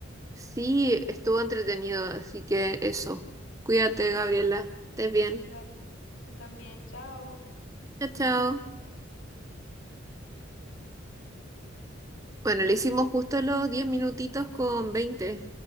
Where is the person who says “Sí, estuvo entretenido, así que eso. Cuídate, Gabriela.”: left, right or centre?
Right